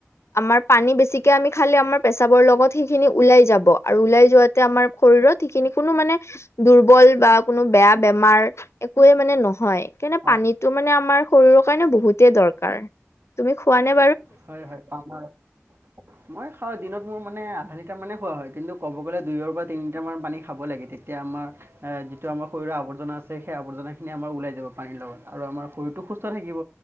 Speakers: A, on the left (about 65°); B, on the right (about 55°).
A: আমাৰ পানী বেছিকে আমি খালি আমাৰ পেচাবৰ লগত সেইখিনি ওলাই যাব আৰু ওলাই যোৱাতে আমাৰ শৰীৰৰ। সেইখিনি কোনো মানে দুৰ্বল বা কোনো বেয়া বেমাৰ। একোৱে মানে নহয়। কিয়নো পানীটো
B: অ'
A: মানে আমাৰ শৰীৰৰ কাৰণে বহুতেই দৰকাৰ। তুমি খোৱা নাই।
B: হয়-হয় পাম আৰু মই খাও দিনত মোৰ মানে আধা লিটাৰ মানে খোৱা হয়। কিন্তু ক'ব গ'লে দুইয়ৰ পৰা তিনি লিটাৰ মান পানী খাব লাগে। তেতিয়া আমাৰ যিটো আমাৰ শৰীৰৰ আৱৰ্জনা। সেই আৱৰ্জনা খিনি আমাৰ ওলাই যাব। পানীৰ লগত আৰু আমাৰ শৰীৰতটো সুস্থ থাকিব।